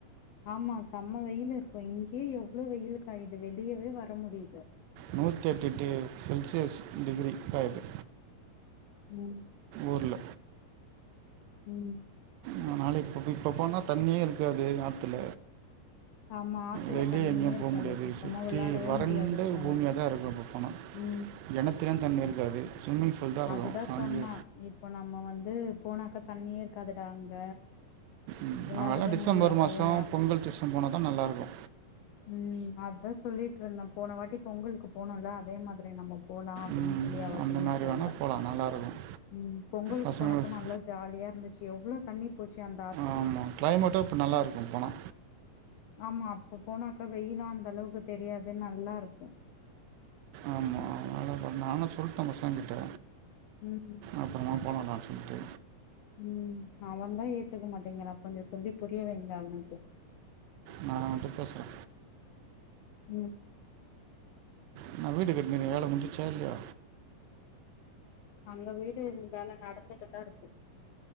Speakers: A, on the left (about 80°); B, on the right (about 85°).
A: ஆமா செம்ம வெயில் இருக்கு இங்யே எவ்ளோ வெயிலு காயுது வெளியவே வர முடில
B: நூற்றி எட்டு டி செல்சியஸ் டிகிரி காயிது
A: ம்
B: ஊர்ல
A: ம்
B: நா நாளைக் இப்ப இப்ப போனா தண்ணியே இருக்காது ஆத்துல
A: ஆமா ஆத்துல
B: வெளியே
A: தண்ணியே
B: எங்கயு
A: இருக்காது
B: போ முடியாது
A: சுத்தமா
B: சுத்தி
A: வெளாடவே
B: வறண்ட
A: முடியாது போனா
B: பூமியாதா இருக்கு இப்ப போனா
A: ம்
B: கெணத்லயு தண்ணி இருக்காது ஸ்விம்மிங் பூல் தா இருக்கு
A: அதுதா சொன்னா
B: அங்கே
A: இப்போ நம்ம வந்து போனாக்கா தண்ணியே இருக்காதுடா அங்க
B: ம்
A: வெளாடவே
B: அங்கலா டிசம்பர்
A: முடியாது
B: மாசோ
A: ஆ,
B: பொங்கல் சீசன் போன தா நல்லா இருக்கு
A: ம் அதா சொல்லிட்ருந்தே போன வாட்டி பொங்கலுக்கு போனோல்ல அதே மாரி நம்ம போலா அப்படின்
B: ம்,
A: சொல்லி அவ
B: அந்த
A: சொல்லிட்ருந்தா
B: மாதிரி வேணால் போகலாம் நல்லாயிருக்கும்
A: ம் பொங்கலுக்கு
B: பசங்களுக்கு
A: போனப்ப நல்லா ஜாலியா இருந்துச்சு எவ்ளோ தண்ணி போச்சு அந்
B: ஆமா கிளைமேட்டோ இப்ப நல்லா இருக்கும் போனா
A: ஆமா அப்ப போனாக்கா வெயிலு அந்த அளவுக்கு தெரியாது நல்லா இருக்கு
B: ஆமா அதனால நானு சொல்ட்டே பசங்ககிட்ட
A: ம்ம்
B: அப்புறமா போலன்டானு சொல்ட்டு
A: ம் அவன்தா ஏத்துக்க மாட்டேங்குறா கொஞ்சோ சொல்லி புரிய வைங்க அவனுக்கு
B: நா அவன்ட்ட பேசுறே
A: ம்
B: என்னா வீடு கட்னினீயே வேல முடிஞ்சுச்சா இல்யா
A: அந்த வீடு வேல நடந்துட்டுதாருக்கு